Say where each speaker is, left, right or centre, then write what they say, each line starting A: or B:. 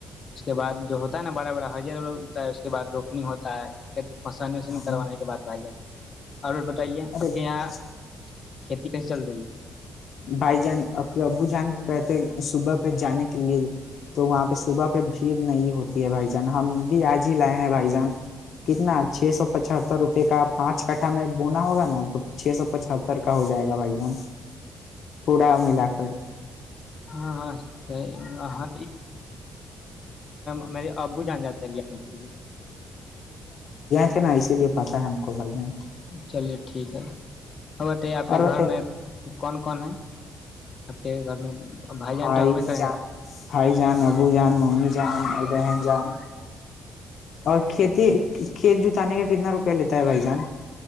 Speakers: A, on the left; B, on the left.
A: اس کے بعد جو ہوتا ہے نا بڑا بڑا ہرتا ہے اس کے بعد روکنی ہوتا ہے پھر پسانی وانی
B: ہاں
A: کروانے کے بد بھائی جان اور بتائیے
B: ارے
A: آپ کے یہاں کھیتی کیسی چل رہی ہے
B: بھائی جان ا ابو جان کیاتے صبح پہ جانے کے لیے تو وہاں پہ صبح پہ بھیڑ نہیں ہوتی ہے بھائی جان ہم بھی آج ہی لائے ہیں بھائی جان کتنا چھ سو پچہتر روپے کا پانچ کٹھا میں بونا ہوگا نا تو چھ سو پچتر کا ہو جائے گا بھائی جان پڑا ملا کرڑ
A: ہاں ہاں ہاں میںیری ابو جان جاتے ہیں ہر آنے کے لیے
B: چ نا اسی لیے پتا ہے ہم کو بائی جان
A: چلیے ٹھیک ہے ا بتائی آپ کے
B: اور بتائیں
A: گھر میں کون کون ہے آپ کے گھر میں بھائی جان
B: ہائی
A: تو ہوبے کریں
B: جان
A: گے نا
B: ہھائی جان ابو جان م ج اور بن جان اور کھیتی کھیت جوتانے کا کتنا روپیہ لیتا ہے بھائی جان